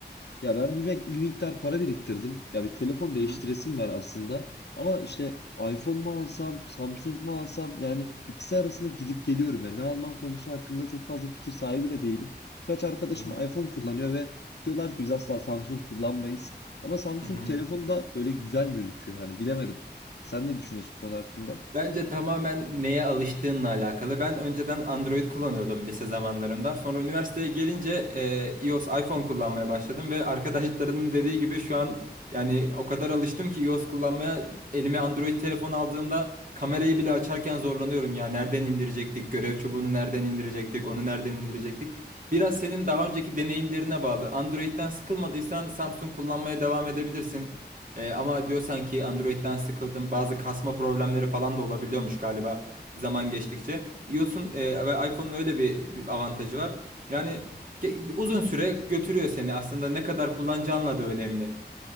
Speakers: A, on the left; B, on the right.
A: ya ben bir, bek- bir miktar para biriktirdim. Ya bir telefon değiştiresim
B: Hı hı.
A: var aslında. Ama işte iPhone mu alsam, Samsung mu alsam yani ikisi arasında gidip geliyorum ya. Ne almam konusu hakkında çok fazla fikir sahibi de değilim. Birkaç arkadaşım
B: Hı hı.
A: iPhone kullanıyor ve diyorlar ki biz asla Samsung kullanmayız. Ama Samsung
B: Hı hı.
A: telefonu da böyle güzel gözüküyor yani bilemedim. Sen ne düşünüyorsun bu konu hakkında?
B: Bence tamamen neye alıştığınla alakalı. Ben önceden Android kullanıyordum lise zamanlarımda. Sonra üniversiteye gelince e, iOS, iPhone kullanmaya başladım ve arkadaşlarının dediği gibi şu an yani o kadar alıştım ki iOS kullanmaya elime Android telefon aldığımda kamerayı bile açarken zorlanıyorum ya. Nereden indirecektik? Görev çubuğunu nereden indirecektik? Onu nereden indirecektik? Biraz senin daha önceki deneyimlerine bağlı. Android'den sıkılmadıysan Samsung kullanmaya devam edebilirsin. Ee, ama diyorsan ki Android'den sıkıldım. Bazı kasma problemleri falan da olabiliyormuş galiba zaman geçtikçe. iOS'un e, ve iPhone'un öyle bir, bir avantajı var. Yani ge- bir uzun süre götürüyor seni. Aslında ne kadar kullanacağınla da önemli.